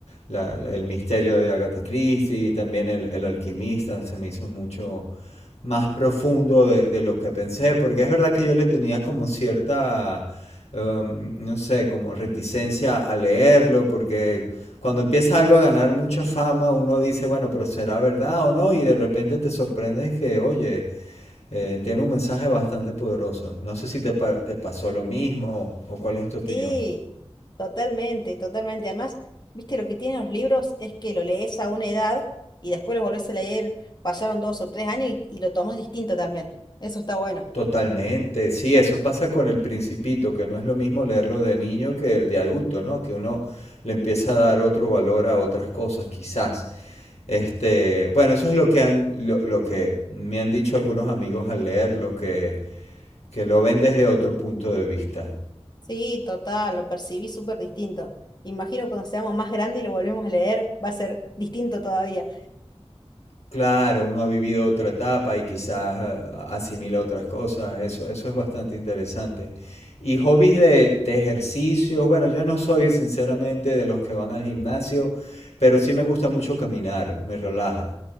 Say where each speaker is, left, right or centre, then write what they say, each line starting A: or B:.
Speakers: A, on the left (about 80°); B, on the left (about 40°).
A: la- el misterio de Agatha Christie y también el, el alquimista se me hizo mucho, más profundo de, de lo que pensé, porque es verdad que yo le tenía como cierta, um, no sé, como reticencia a leerlo, porque cuando empieza algo a ganar mucha fama, uno dice, bueno, pero será verdad o no, y de repente te sorprendes que, oye, eh, tiene un mensaje bastante poderoso. No sé si te, pa- te pasó lo mismo o, o cuál es tu opinión.
B: Sí, totalmente, totalmente. Además, viste, lo que tienen los libros es que lo lees a una edad y después lo volvés a leer, pasaron dos o tres años y, y lo tomás distinto también. Eso está bueno.
A: Totalmente, sí, eso pasa con El Principito, que no es lo mismo leerlo de niño que de adulto, ¿no? Que uno le empieza a dar otro valor a otras cosas, quizás. Este, bueno, eso es lo que han, lo, lo que me han dicho algunos amigos al leerlo, que, que lo ven desde otro punto de vista.
B: Sí, total, lo percibí súper distinto. Imagino cuando seamos más grandes y lo volvemos a leer, va a ser distinto todavía.
A: Claro, uno ha vivido otra etapa y quizás ah, asimila otras cosas. Eso, eso es bastante interesante. Y hobbies de, de ejercicios. Bueno, yo no soy sinceramente de los que van al gimnasio, pero sí me gusta mucho caminar, me relaja.